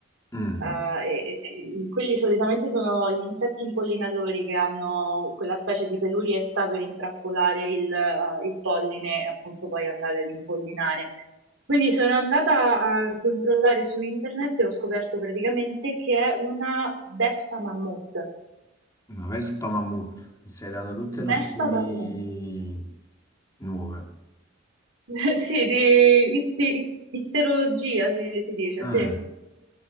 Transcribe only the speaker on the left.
mm,
una Vespa Mammut, mi stai dando tutte nozioni
nuove.
Ah,